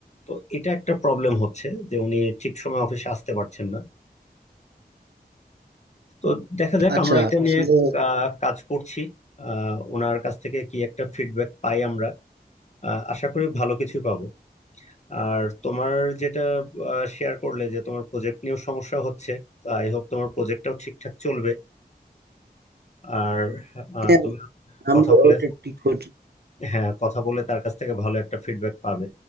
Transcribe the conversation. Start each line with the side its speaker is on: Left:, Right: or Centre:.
Left: তো এটা একটা প্রবলেম হচ্ছে যে উনি ঠিক সময় অফিসে আসতে পারছেন না তো দেখা যাক
Right: আচ্ছা
Left: আমরা এটা
Right: আসলে
Left: নিয়ে আহ, কাজ করছি আহ, ওনার কাছ থেকে কি একটা ফিডব্যাক পাই আমরা আহ, আশা করি ভালো কিছুই পাবো আর তোমার যেটা শেয়ার করলে যে তোমার প্রজেক্ট নিয়েও সমস্যা হচ্ছে তো আই হোপ তোমার প্রজেক্টটাও ঠিকঠাক চলবে আর আহ,
Right: হ্যাঁ
Left: তুমি
Right: আমরা
Left: কথা বলে
Right: ওটা ঠিক করছি
Left: হ্যাঁ কথা বলে তার কাছ থেকে ভালো একটা ফিডব্যাক পাবে